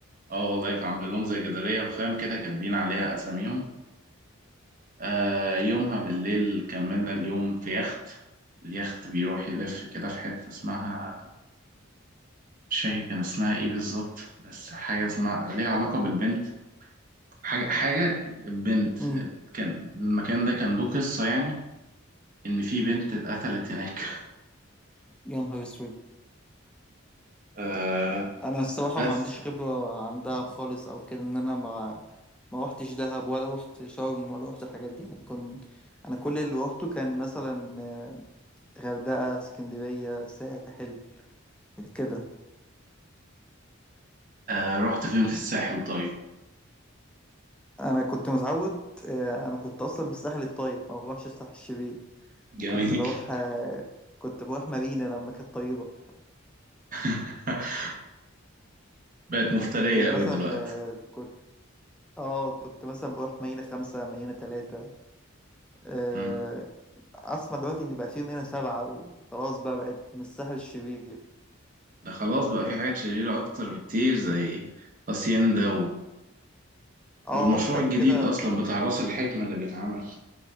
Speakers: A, on the right (about 40°); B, in the centre.
A: اه والله فعاملين لهم زي جدارية رخام كده كاتبين عليها أساميهم آه يومها بالليل كملنا اليوم في يخت اليخت بيروح يلف كده في حتة اسمها مش فاكر كان اسمها ايه بالظبط بس حاجة اسمها ليها علاقة بالبنت حاجة حاجة بنت
B: امم
A: كان المكان ده كان له قصة يعني إن في بنت اتقتلت هناك
B: يا نهار اسود
A: <laughs> آه
B: انا الصراحه
A: بس
B: ما عنديش خبره عن دهب خالص او كده ان انا ما ما روحتش دهب ولا روحت شرم ولا روحت الحاجات دي انا كنت انا كل اللي روحته كان مثلا آه، غردقه اسكندريه ساحل كده
A: آه رحت فين في الساحل طيب
B: انا كنت متعود آه، انا كنت اصلا من الساحل الطيب ما بروحش الساحل الشرير
A: جميل
B: كنت بروح آه، كنت بروح مارينا لما كانت طيبه
A: <laughs> بقت مفترية
B: كنت مثلا
A: قوي دلوقتي
B: آه، كنت اه كنت مثلا بروح مارينا خمسة مارينا تلاتة آه،
A: مم.
B: اسمع دلوقتي ان بقى فيه منها سبعة وخلاص بقى بقت من الساحل الشرير
A: ده خلاص بقى في حاجات شريرة أكتر بكتير زي هاسيندا
B: اه
A: والمشروع
B: رحت قبل
A: الجديد
B: كده
A: أصلا بتاع راس الحكمة اللي بيتعمل